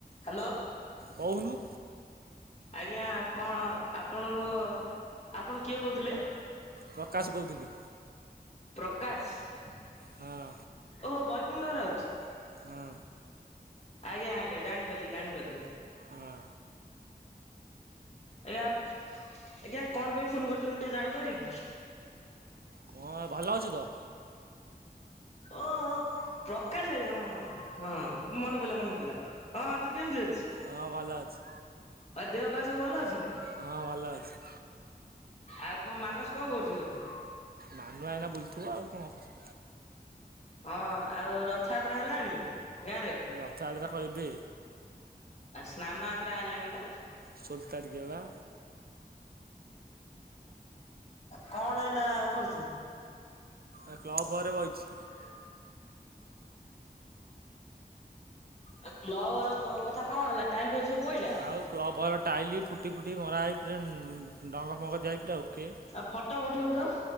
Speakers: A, on the left; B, on the right.
A: ହାଲୋ
B: କହୁନୁ
A: ଆଜ୍ଞା କଣ ଆପଣଙ୍କ ଆପଣ କିଏ କହୁଥିଲେ?
B: ପ୍ରକାଶ କହୁଥିଲି।
A: ପ୍ରକାଶ।
B: ହଁ
A: ଓହୋ ବୈକୁଣ୍ ରାଉତ।
B: ହଁ
A: ଆଜ୍ଞା ଆଜ୍ଞା ଜାଣିପାରିଲି ଜାଣିପାରିଲି।
B: ହୁଁ
A: ଆଜ୍ଞା ଆଜ୍ଞା କଣ ପାଇଁ ଫୋନ କରିଥିଲି ମୁଁ ଟିକେ ଜାଣିପାରିବି କି?
B: କଁ ଭଲ ଅଛି ତ।
A: ଓହୋ ପ୍ରକାଶ ଭାଇ ହଁ ହଁ ହଁ ମନେ ପଡିଲା ମନେ ପଡିଲା ହଁ ହଁ ତୁ କେମିତି ଅଛୁ।
B: ହଁ ଭଲ ଅଛି।
A: ଆ ଦେହ ବା ସବୁ ଭଲ ଅଛି ନା
B: ହଁ ଭଲ ଅଛି।
A: ଆଉ କଣ ମାନସ କଣ କରୁଛି ଘରେ?
B: ମାନୁ ଆଇଁନା ବୁଲଥିବ ଆଉ କଣ କ'ଣ
A: ହଁ ଆଉ ରଥଯାତ୍ରା ହେଲାଣି? ଗାଁରେ
B: ରଥଯାତ୍ରା କହିବେ
A: ଆ ସ୍ନାନ ଆତ୍ରା ଆଇଲାଣି ବା
B: ସଲତାରିଖ ବା
A: କଣ ଏଇନା କରୁଛୁ?
B: ଏ କ୍ଲବ୍ ଘରେ ବହିଛି।
A: <unintelligible> ଆ କ୍ଲବ ଘର କଥା କଣ ହେଲା ଟାଇଲ ଫାଇଲ୍ ସବୁ ପଇଲା?
B: ଆଉ କ୍ଲବର ଟାଇଲ ଫୁଟି ଫୁଟି ମରା ହେଇ ପୁରା ଡଙ୍ଗ ଫଙ୍ଗ ଦିଆ ହେଇ ପୁରା ଓକେ।
A: ଆଉ ଫଟୋ ପଠେଇବୁ ତ